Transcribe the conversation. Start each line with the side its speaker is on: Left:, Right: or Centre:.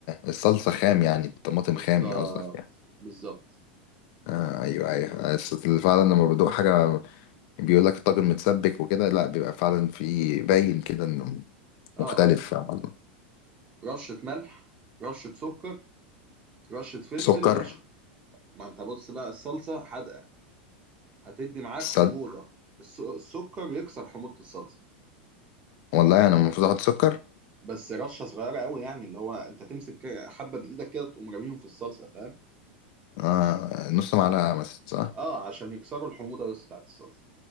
Left: الصلصه خام يعني الطماطم
Right: بالظبط
Left: خام قصدك يعني
Right: بالظبط
Left: آه ايوه ايوه بس فعلا لما بدوق حاجه بيقول لك الطاجن متسبك وكده لا بيبقى فعلا في باين كده انه
Right: اه
Left: مختلف عن
Right: رشه ملح رشه سكر رشة فلفل
Left: فسكر
Right: رشة ما انت بص بقى الصلصة حادقة هتدي معاك
Left: السل
Right: حموضة الس- السكر يكسر حموضة الصلصة
Left: والله انا المفروض احط سكر
Right: بس رشة صغيرة قوي يعني اللي هو انت تمسك كده حبة بإيدك كده تقوم راميهم في الصلصة فاهم
Left: آه نص معلقه مثلا صح
Right: اه عشان يكسروا الحموضة بس بتاعت الصلصة